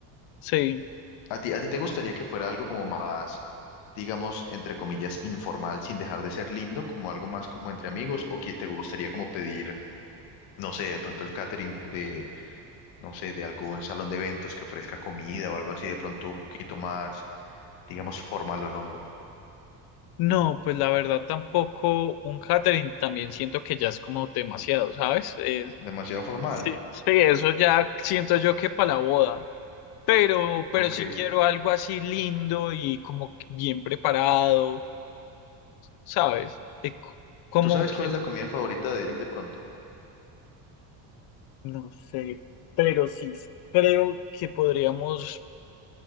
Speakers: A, on the left (about 55°); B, on the left (about 80°).
A: sí.
B: ¿A ti, a ti te gustaría que fuera algo como más, digamos, entre comillas, informal, sin dejar de ser lindo, como algo más como entre amigos, o que te gustaría como pedir, no sé, de pronto el catering de, no sé, de algún salón de eventos que ofrezca comida o algo así, de pronto un poquito más, digamos, formalongo?
A: No, pues la verdad tampoco un catering también siento que ya es como demasiado, ¿sabes? Es-
B: Demasiado formal.
A: sí, sí, eso ya siento yo que para la boda, pero, pero
B: Ok.
A: sí quiero algo así lindo y como que bien preparado, ¿sabes? Eh, co- como
B: ¿Tú sabes
A: que,
B: cuál es la comida favorita de él de pronto?
A: no sé, pero sí creo que podríamos